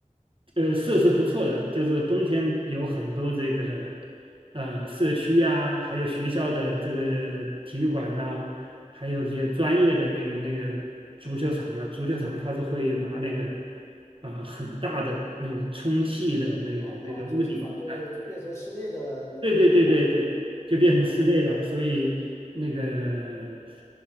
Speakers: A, on the right; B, on the left.
A: 呃设施不错的，就是冬天有很多这个呃社区啊，还有学校的这个体育馆呐、还有一些专业的那个那个足球场啊，
B: 嗯，
A: 足球场它是会拿那个啊、呃很大的那个充气的那个那个屋顶，
B: 哇，哦，充气房就是就变成室内的那个球场
A: 哎、对对对对对，就变成室内了，
B: 啊，
A: 所以那个